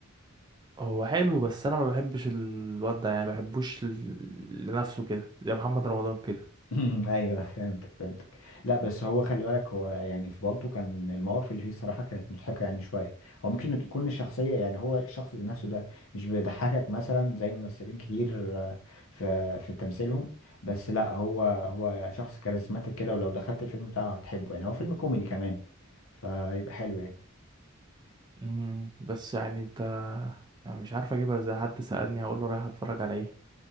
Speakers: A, on the right (about 20°); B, on the left (about 70°).
A: هو حلو بس انا ما بحبش الواد ده يعني ما بحبوش ل- لنفسه كده زي محمد رمضان كده
B: مم. <laughs> ايوه فهمتك فهمتك لا بس هو خلي بالك هو يعني في بالطو كان المواقف اللي فيه الصراحة كانت مضحكة يعني شوية هو ممكن يكون الشخصية يعني هو الشخص ذات نفسه ده مش بيضحكك مثلا زي ممثلين كتير آه، في في تمثيلهم بس لا هو هو شخص كاريزماتيك كده ولو دخلت الفيلم بتاعه هتحبه يعني هو فيلم كوميدي كمان فيبقى حلو يعني
A: امم بس يعني انت يعني مش عارف اجيبها ازاي حد سألني هقول له رايح اتفرج على ايه